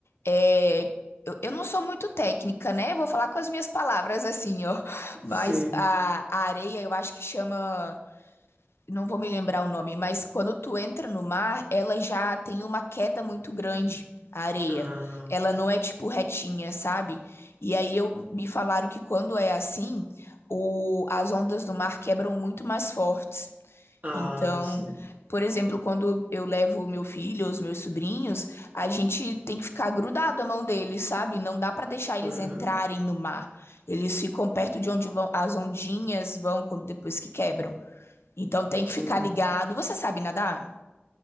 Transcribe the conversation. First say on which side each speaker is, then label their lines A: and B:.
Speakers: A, on the left; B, on the right.
A: é, eu, eu não sou muito técnica, né? Vou falar com as minhas palavras assim, ó. <laughs> Mas
B: Sim.
A: a, a areia, eu acho que chama. não vou me lembrar o nome, mas quando tu entra no mar, ela já tem uma queda muito grande, a areia.
B: Ah,
A: Ela não é tipo retinha, sabe? E aí eu me falaram que quando é assim, o, as ondas do mar quebram muito mais fortes.
B: ah,
A: Então,
B: sim.
A: por exemplo, quando eu levo o meu filho, os meus sobrinhos, a gente tem que ficar grudado à mão deles, sabe? Não dá para deixar
B: Aham,
A: eles entrarem no mar. Eles ficam perto de onde vão as ondinhas vão quando depois que quebram. Então tem que
B: sim.
A: ficar ligado. Você sabe nadar?